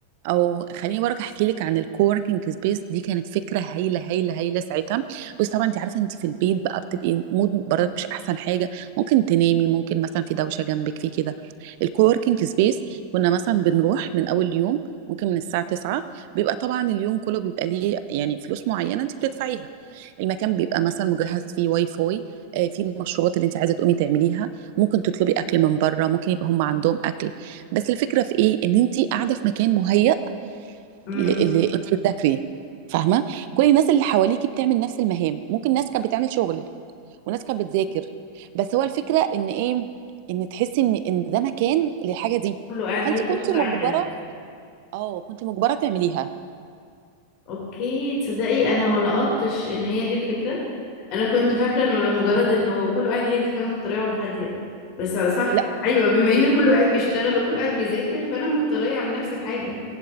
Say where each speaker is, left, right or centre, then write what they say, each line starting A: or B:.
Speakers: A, on the right; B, on the left.
A: او خليني برك احكي لك عن الكووركينج سبيس دي كانت فكره هايله هايله هايله ساعتها بس طبعا انت عارفه انت في البيت بقى بتبقي مود برضك مش احسن حاجه ممكن تنامي ممكن مثلا في دوشه جنبك في كده الكووركينج سبيس كنا مثلا بنروح من اول يوم ممكن من الساعة 9 بيبقى طبعا اليوم كله بيبقى ليه يعني فلوس معينة انت بتدفعيها المكان بيبقى مثلا مجهز فيه واي فاي آه، فيه المشروبات اللي انت عايزة تقومي تعمليها ممكن تطلبي اكل من بره ممكن يبقى هم عندهم اكل بس الفكرة في ايه ان انت قاعدة في مكان مهيأ
B: امم
A: اللي, اللي انت بتذاكري فاهمه كل الناس اللي حواليكي بتعمل نفس المهام ممكن ناس كانت بتعمل شغل وناس كانت بتذاكر بس هو الفكره ان ايه ان تحسي ان ان ده مكان للحاجه دي
B: كله قاعد
A: فانت
B: هادي
A: كنت
B: كله
A: مجبره
B: قاعد جد
A: اه كنت مجبره تعمليها
B: اوكي تصدقي انا ما لقطتش ان هي دي الفكره انا كنت فاكره انه لمجرد انه كله قاعد هادي فانا مضطره اقعد هاديه بس صح
A: لا
B: ايوه بما ان كله قاعد بيشتغل وكله قاعد بيذاكر فانا مضطره اعمل نفس الحاجه